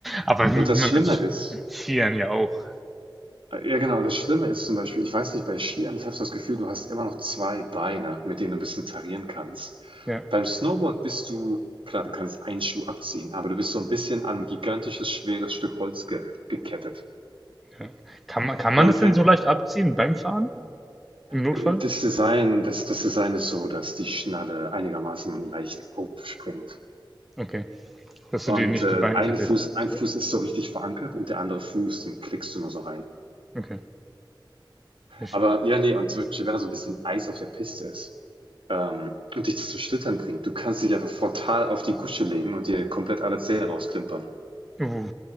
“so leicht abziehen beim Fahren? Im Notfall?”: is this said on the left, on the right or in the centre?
Centre